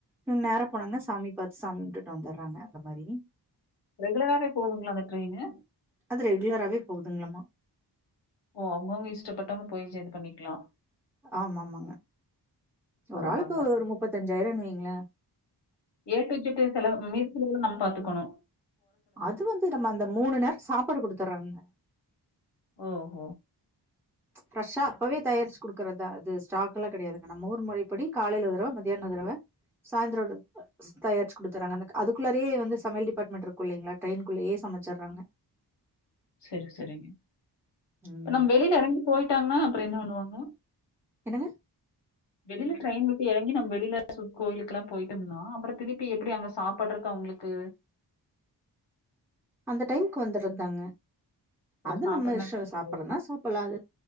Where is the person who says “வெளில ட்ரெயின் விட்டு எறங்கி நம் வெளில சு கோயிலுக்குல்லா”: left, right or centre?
Left